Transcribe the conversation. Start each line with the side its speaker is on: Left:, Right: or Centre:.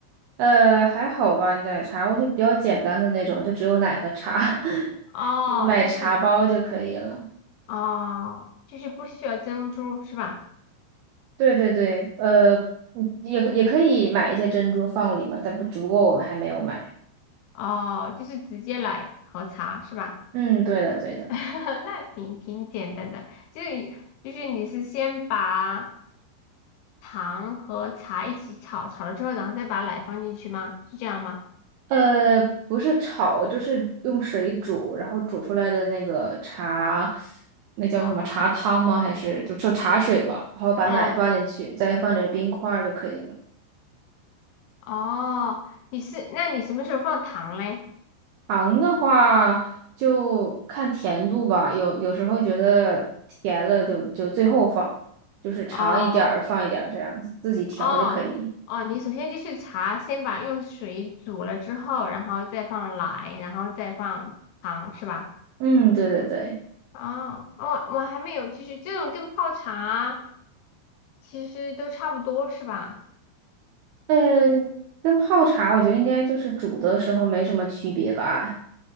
Right: 呃，还好吧，奶茶我就比较简单的那种，就只有奶和茶，<laughs>
Left: 哦，
Right: 你买茶包就可以了。
Left: 就是哦，就是不需要珍珠是吧？
Right: 对对对，呃，嗯也可也可以买一些珍珠放里嘛，但不，只不过我还没有买。
Left: 哦，就是直接奶和茶是吧？
Right: 嗯，对的对的。
Left: <laughs> 那挺挺简单的，就是就是你是先把糖和茶一起炒，炒了之后，然后再把奶放进去吗？是这样吗？
Right: 呃，不是炒，就是用水煮，然后煮出来的那个茶，那叫什么茶汤吗？
Left: 哦，
Right: 还是就就茶水吧？然后把奶放进去，
Left: 嗯，
Right: 再放点冰块儿就可以了。
Left: 哦，你是，那你什么时候放糖嘞？
Right: 糖的话就看甜度吧，有有时候觉得甜了就就最后放，就是尝一点儿放一点儿这样子，
Left: 哦，
Right: 自己调就可以。
Left: 哦，哦，你首先就是茶，先把用水煮了之后，然后再放奶，然后再放糖，是吧？
Right: 嗯，对对对，
Left: 哦，我我还没有，就是这种跟泡茶其实都差不多，是吧？
Right: 嗯，跟泡茶我觉得应该就是煮的时候没什么区别吧。